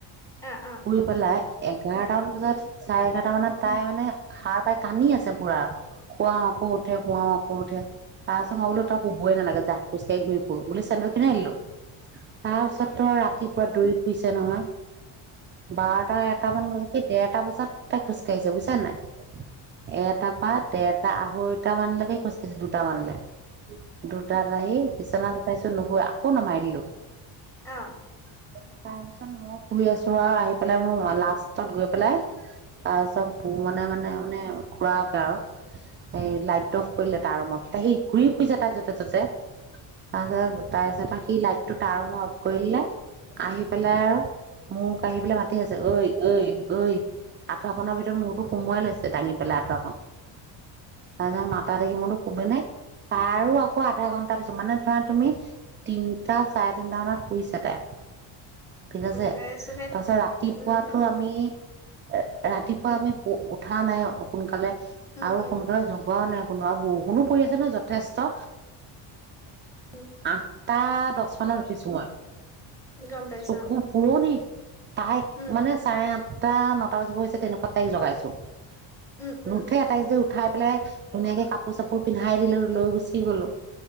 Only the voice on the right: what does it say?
শুই
পেলাই এঘাৰটান বজাত
চাৰে এঘাৰ তাৰমানানে তাই মানে সাৰ পাই কান্ি আছে পুৰাৰ খুৱাও আকৌ উঠে খুৱাওক, কৰ উঠে তাৰ পাছত মই বোলো তো শুবই নালাগে জাহ খোজ কঢ়ি ঘূৰি ফুৰো বুলি চেন্দু খিনি আনিলো তাৰ পিছত তোৰ ৰাতি পুৰা দৌৰি ফুৰিইছে নহয়। বটা এক এটাামান বজাত সেই দেৰ এটা বজাত তাই খোজকাঢ়ি বুজছা নাই। এটা পাত তেৰটা আঢ়ৈটা মানলৈকে, দিছ দুটা মানলে দুটাৰ আহি বিচ বিচনা উটাইছো নুহৈ আকৌ নমাৰিলো,
তাৰ পিছত মই ফুৰি আছো আৰু আহি পেলাই মোক লাষ্টত গৈ পেলাই তাৰপিছত চব ভ মানে মানে মানে খুৰাকে আৰু এই লাইট, কৰিলে তাৰ ৰুমত সি ঘূৰি ফুৰিছে তাৰ যদি ঠততে। তাৰপিছত তাৰপিছত সি লাইটটো তাৰ মই অফ কৰিলে আহি পেলাই আৰু মোক আঢ়ি পে লাই মাতি আছে ঐ ঐ ঐ কথাৰখনৰ ভিতৰত মূতো সোমাইৈছোঙি, পেলাই আকন তাৰ পিছত তাতি মোৰতো খুবে নে তাৰো আকৌ আধা ঘণ্টা পিছত মানে তুমি তিনিটা চাৰে তিনটা মানত শুইছা চাগে ঠিক আছে।
তাৰপিছত ৰাতিপুৱাতো
আমি এ ৰাতিপুৱা আমি উঠা নাই সোনকালে
আৰু
সোনকালে জোগোৱাও নাই শুনোৱা বৰষুণো পৰি আছে ন যথেষ্ট।
আহ! তাত দহ মানত উঠিছো মই
চকো
<unintelligible> তাইক
মানে চাৰে টা নটা বাজিব হৈছে তেনেকুৱাত তাইক জগাইছো।
নুঠে তাইক যে উঠাই লে <inaudible> ধুনীয়াকে কাপোৰ চাপোৰ পিন্ধাই দিলো লৈ গুচি গ'লো,